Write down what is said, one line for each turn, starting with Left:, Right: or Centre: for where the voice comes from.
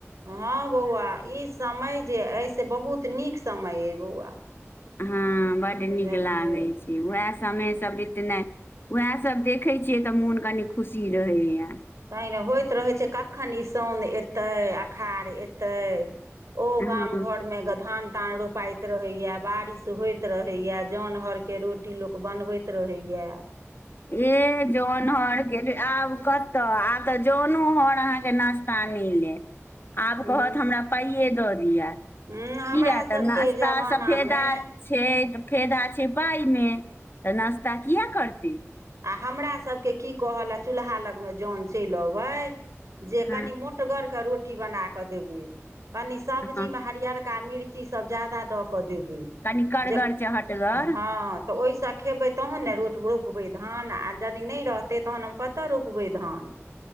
Right: हँ बौआ ई समय जे अइ से बहुत नीक समय अइ बौआ
Left: हँ बड्ड
Right: बुझलियै
Left: नीक लागैत छै उएह समय सब एतना उएह सब देखे छियै तऽ मोन कनी खुशी रहैया
Right: तै ने होइत रहै छै कखन ई साउन एतै अषाढ़ एतै ओ
Left: हँ
Right: गाम घर में गधान तान रोप पाइत रहैय बारिश होइत रहैय जान हरके रोटी लोक बनबैत रहैय
Left: एह जनहर गेलैय आब कतऽ आब तऽ जनो हर अहाँके नास्ता नहि ले आब
Right: हूँ
Left: कहत हमरा पाइए दऽ दिअ
Right: हूँ हमरा
Left: किया तऽ
Right: सभके
Left: नाश्ता
Right: जमानामे
Left: स फेदा छै फायदा छै पाय मे तऽ नाश्ता किया करतै
Right: आ हमरासभके की कहलए चूल्हा लगमे जन चलि अबै जे
Left: हँ
Right: कनि मोटगरके रोटी बना कऽ देबै कनि सब्जीमे
Left: हँ
Right: हरियर का मिर्ची सब जादा दऽ कऽ देबै
Left: कनि करगर
Right: जे
Left: चहटगर
Right: हँ तऽ ओहिसँ खेबै तहन ने रो रोपबै धान आ जदि नहि रहतै तहन हम कतऽ रोपबै धान